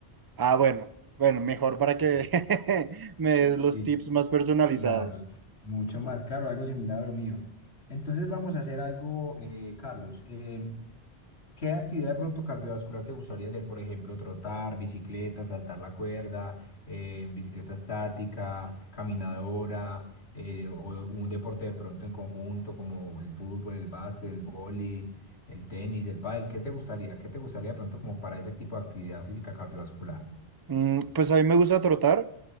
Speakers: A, on the right (about 35°); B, on the left (about 80°).
A: ah, bueno, bueno, mejor para
B: Sí,
A: que <laughs> me des los
B: sí,
A: tips más personalizados.
B: claro. Mucho más. Claro, algo similar a lo mío. Entonces vamos a hacer algo, eh, Carlos. Eh, ¿Qué actividad de pronto cardiovascular te gustaría hacer? Por ejemplo, trotar, bicicleta, saltar la cuerda, eh, bicicleta estática, caminadora, eh, o un deporte de pronto en conjunto como el fútbol, el básquet, el vóley, el tenis, el pádel. ¿Qué te gustaría? ¿Qué te gustaría de pronto como para ese tipo de actividad física cardiovascular?
A: Mm, pues a mí me gusta trotar,